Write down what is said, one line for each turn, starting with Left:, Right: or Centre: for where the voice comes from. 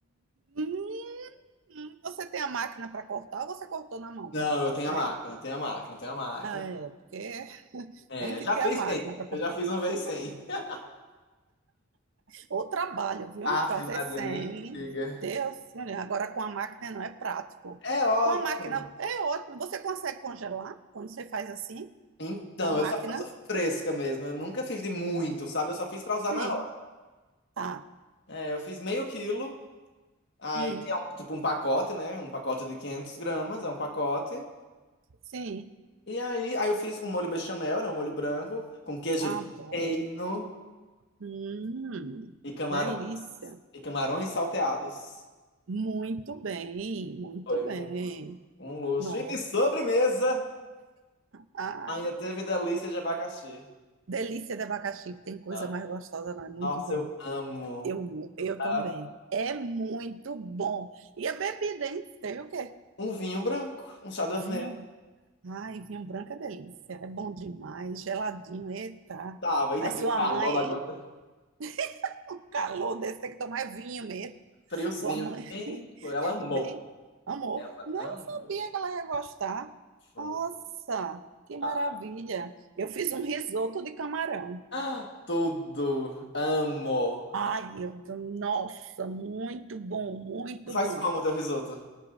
Right: Hum. Hum, Você tem a máquina para cortar ou você cortou na mão?
Left: Não, eu tenho
Right: Né?
Left: a máquina, eu tenho a máquina, eu tenho a máquina.
Right: É, porque
Left: É,
Right: tem que
Left: eu já
Right: ter
Left: fiz
Right: a máquina
Left: sem.
Right: para cortar.
Left: Eu já fiz uma vez sem. <laughs>
Right: Ou trabalho, viu?
Left: Ave
Right: Fazer
Left: Maria,
Right: sem.
Left: nem diga.
Right: Deus, meu Deus, agora com a máquina não é prático.
Left: É ótimo.
Right: Com a máquina é ótimo. Você consegue congelar quando você faz assim?
Left: Então,
Right: Com a máquina?
Left: eu só faço fresca mesmo. Eu nunca fiz de muito, sabe? Eu só fiz pra usar
Right: Sim,
Left: na hora.
Right: tá.
Left: É, eu fiz meio quilo, aí
Right: Hum,
Left: que é um- tipo um pacote, né? Um pacote de 500 gramas, é um pacote.
Right: sim,
Left: E aí, aí eu fiz com molho bechamel, né? Um molho branco, com queijo
Right: adoro.
Left: do reino
Right: Hum,
Left: e camarões.
Right: delícia.
Left: E camarões salteados.
Right: Muito bem, muito
Left: Foi
Right: bem.
Left: um luxo. Um luxo.
Right: Nossa.
Left: E de sobremesa,
Right: Ah,
Left: ainda teve delícia de abacaxi.
Right: Delícia de abacaxi, que tem coisa
Left: Ah,
Right: mais gostosa, não? É muito
Left: Nossa,
Right: bom.
Left: eu amo.
Right: Eu, mu- eu
Left: Amo.
Right: também. É muito bom. E a bebida, hein? Teve o quê?
Left: Um vinho branco, um chardonnay.
Right: Vinho. Ai, vinho branco é delícia. É bom demais. Geladinho, eita.
Left: Tava, e
Right: Aí
Left: aquele
Right: sua
Left: calor
Right: mãe,
Left: da
Right: hein?
Left: gota.
Right: <laughs> O calor desse tem que tomar vinho mesmo.
Left: Friozinho.
Right: Sua mãe,
Left: Ei, ela
Right: <laughs>
Left: amou.
Right: bem, amor.
Left: Ela
Right: Não
Left: amou.
Right: sabia que ela ia gostar.
Left: Foi.
Right: Nossa, que maravilha.
Left: Ah,
Right: Eu fiz um risoto de camarão.
Left: ah, tudo. Amo.
Right: Ai, eu, tô, nossa, muito bom, muito
Left: Faz
Right: bom.
Left: como teu risoto?